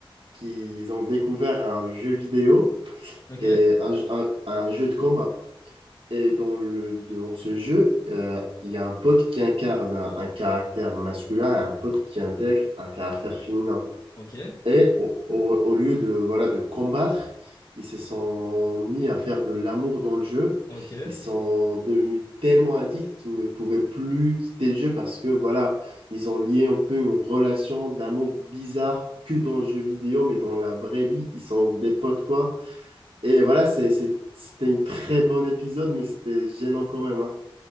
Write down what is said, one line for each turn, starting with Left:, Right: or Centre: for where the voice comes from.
Right: qui ont découvert un jeu vidéo
Left: Ok,
Right: et un, un un jeu de combat. Et dans le, dans ce jeu, euh, il y a un pote qui incarne un, un caractère masculin et un pote qui intègre un caractère féminin.
Left: ok,
Right: Et au, au- au lieu de, voilà, de combattre, ils se sont mis à faire de l'amour dans le jeu.
Left: ok.
Right: Ils sont devenus tellement addicts qu'ils ne pouvaient plus quitter le jeu parce que, voilà, ils ont lié un peu une relation d'amour bizarre que dans le jeu vidéo, mais dans la vraie vie, ils sont des potes, quoi. Et voilà, c'est, c'est- c'était un très bon épisode, mais c'était gênant quand même, hein.